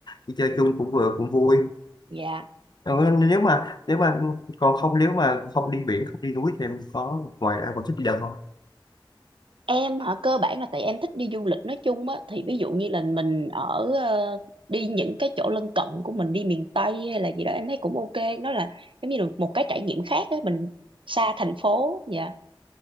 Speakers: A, on the left; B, on the right.
A: đi chơi chung cũng vừa cũng vui.
B: dạ
A: Ờ, nếu mà nếu mà còn không nếu mà không đi biển không đi núi thì em có ngoài ra còn thích đi đâu không?
B: em hả cơ bản là tại em thích đi du lịch nói chung á thì ví dụ như là mình ở ờ, đi những cái chỗ lân cận của mình đi miền Tây hay là gì đó em thấy cũng ok nó là giống như là một cái trải nghiệm khác á mình xa thành phố dạ